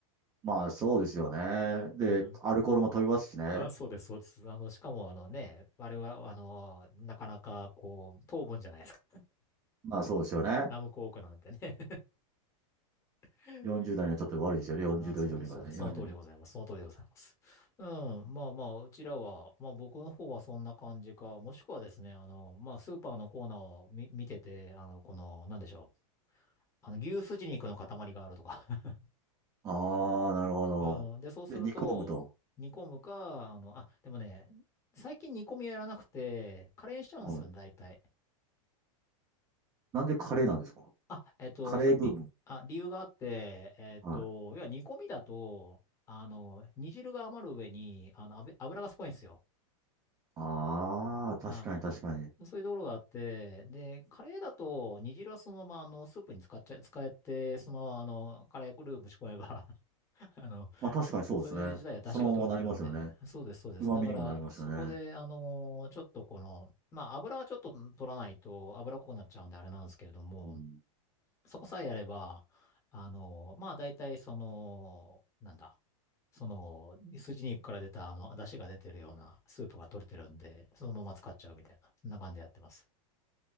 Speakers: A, on the right (about 20°); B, on the left (about 15°).
A: まあ、そうですよね。
B: <laughs>
A: で、
B: うん。
A: アルコールも飛びますしね。
B: まあそうです、そうです。あの、しかもあのね、あれは、あの、なかなかこう、糖分じゃないですか。
A: まあ、そうですよね。
B: ラムコークなんてね <laughs>
A: 40代にはちょっと悪いですよね。40度以上にかね。
B: ああ、そうです、そうです。
A: 40。
B: その通りでございます。その通りでございます。うん。まあまあ、うちらは、まあ僕の方はそんな感じか、もしくはですね、あの、まあスーパーのコーナーを見、見てて、あの、この、なんでしょう。あの、牛すじ肉の塊があるとか。
A: ああ、なるほど。
B: <laughs> うん。で、そうすると、
A: で、煮込むと。
B: 煮込むか、あの、あ、でもね、最近煮込みやらなくて、カレーにしちゃうんですよね、
A: はい
B: 大体。
A: なんでカレーなんですか
B: あ、えっと、
A: カレーブーム。
B: それ、り、あ、理由があって、えっと、
A: はい。
B: 要は煮込みだと、あの、煮汁が余る上に、あの、油油がすごいんですよ。
A: ああ、
B: あ
A: 確かに確かに。
B: あ、そういうところがあって、で、カレーだと、煮汁はそのまま、あの、スープに使っちゃ、使えて、そのまま、あの、カレールーぶち込めば <laughs> あの、
A: まあ確かにそうですね。
B: そ、それ自体は出汁が取れてるんで、
A: そのままなりますよね。
B: そうです、そうです。
A: 旨味にもなりますよね。
B: だから、そこで、あの、ちょっとこの、まあ、油はちょっと取らないと、油っこくなっちゃうんで、あれなんですけれども、
A: うん。
B: そこさえやれば、あの、まあ、大体、その、なんだ、その、筋肉から出た、あの、出汁が出てるようなスープが取れてるんで、そのまま使っちゃうみたいな、そんな感じでやってます。